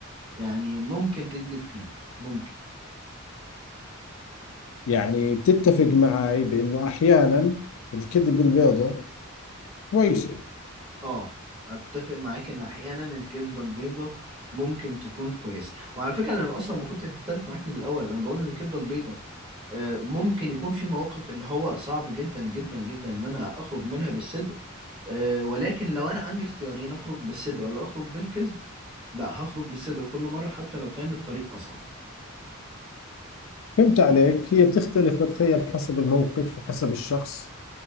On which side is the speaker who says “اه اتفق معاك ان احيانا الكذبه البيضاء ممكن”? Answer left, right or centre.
Right